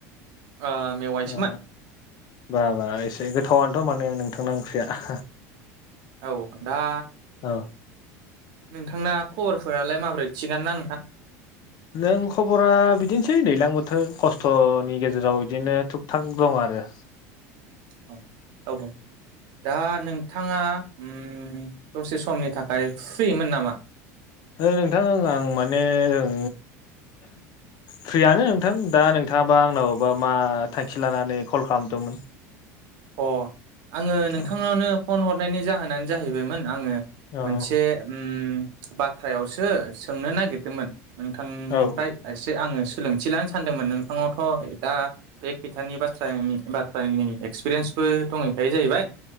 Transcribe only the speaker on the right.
ओ मेवाइसोमोन
औ दा
नोंथांना खबरफोरालाय माबोरै थिगानो ना नोंथां।
औ औ दा नोंथां थांङा उम दसे समनि थाखाय फ्रिमोन नामा?
अ आङो नोंथांनावनो
फन हरनायनि जाहोनानो जाहैबायमोन आङो।
मोनसे उम बाथ्रायावसो सोंनो नागिरदोंमोन। नोंथांनिफ्राय
एसे आङो सोलोंथि लानो सानदोंमोन नोंथांनावथ' दा बे खोथानि बाथ्रानि बाथ्रानि एक्सपिरियेन्सबो दंहैखायो जाहैबाय।